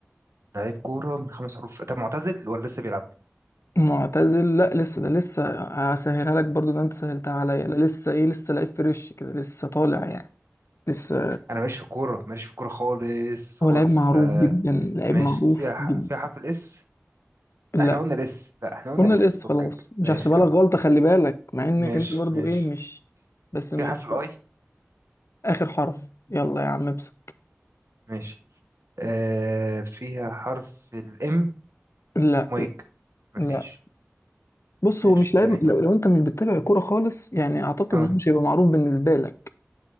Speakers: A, on the right; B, on the left.
A: لعيب كورة من خمس حروف طب معتزل ولا لسه بيلعب؟
B: معتزل لا لسه ده لسه هسهلها لك برضو زي ما انت سهلتها عليا لا لسه ايه لسه لعيب فريش كده لسه طالع يعني لسه
A: أنا ماليش في الكورة ماليش في الكورة خالص خالص
B: هو لعيب معروف
A: فماشي
B: جدا لعيب معروف
A: فيها ح-
B: جدا
A: فيها حرف الاس
B: لا
A: احنا قلنا الاس لا احنا قلنا
B: قلنا
A: الاس
B: الاس
A: فكك
B: خلاص مش
A: ماشي
B: هحسبها
A: اه
B: لك غلطة خلي بالك مع انك
A: ماشي
B: انت برضو
A: ماشي
B: ايه مش بس
A: فيها
B: ماشي
A: حرف الاي
B: اخر حرف يلا يا عم ابسط
A: ماشي آه فيها حرف الام
B: لا
A: مايك
B: لا
A: مفيش
B: لا بص
A: ماشي
B: هو مش لاعب
A: تاني
B: لو,
A: واحدة.
B: لو انت مش بتتابع كوره خالص يعني اعتقد
A: اه
B: انه مش هيبقى معروف بالنسبه لك